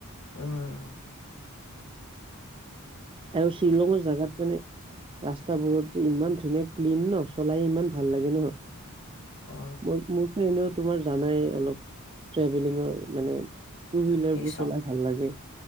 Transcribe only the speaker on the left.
অ'।
অ
সেই চক